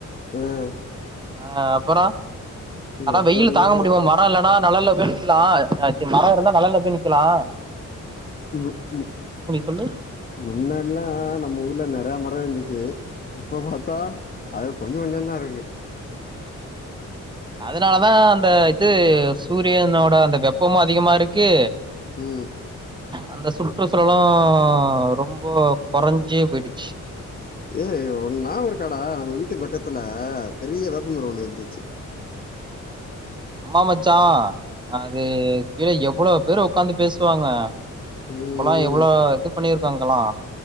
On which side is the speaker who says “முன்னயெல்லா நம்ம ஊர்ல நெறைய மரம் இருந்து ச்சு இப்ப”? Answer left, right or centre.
Left